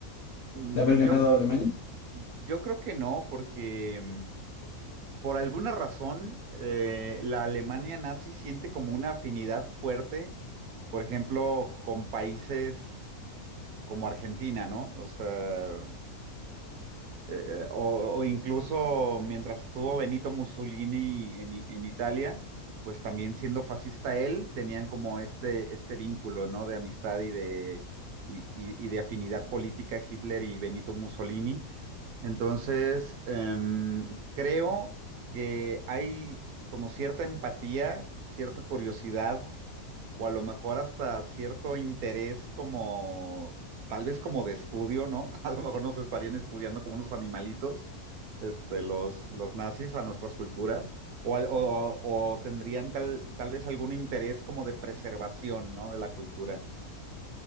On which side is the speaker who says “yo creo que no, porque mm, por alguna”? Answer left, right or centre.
Right